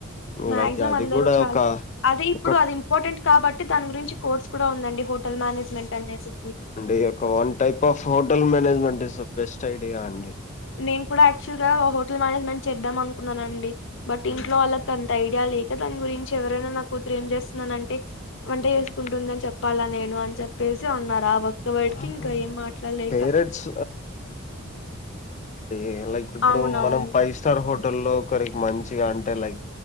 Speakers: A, on the left; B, on the left.
A: మాక్సిమం
B: లైక్ అది
A: అందరు
B: కూడా
A: చాల్
B: ఒక
A: అదే ఇప్పుడు
B: ఒక
A: అది ఇంపార్టెంట్ కాబట్టి, దాని గురించి కోర్స్ కూడా ఉందండి హోటల్ మేనేజ్మెంట్ అనేసి
B: ఇ ఒక one type of hotel management is the best idea అండి
A: నేను కూడా యాక్చువల్ గా హోటల్ మేనేజ్మెంట్ చేద్దాం అనుకున్నానండి, బట్
B: హ్మ్.
A: ఇంట్లో వాళ్ళకి అంత ఐ యా లేక దాని గురించి ఎవరైనా నా కూతురు ఏం చేస్తున్నానంటే వంట
B: హ్మ్.
A: చేసుకుంటుందని చెప్పాల నేను అని చెప్పేసి ఉన్నారు ఆ వ నా వాటికి
B: ఆహా!
A: ఇంకా ఏం మాట్లాడలేక
B: పేరెంట్స్ ఏ లైక్ ఇప్పుడు
A: అవునవును
B: మనం ఫైవ్ స్టార్ హోట్ టోల్లో ఒకరి మంచిగా అంటే లైక్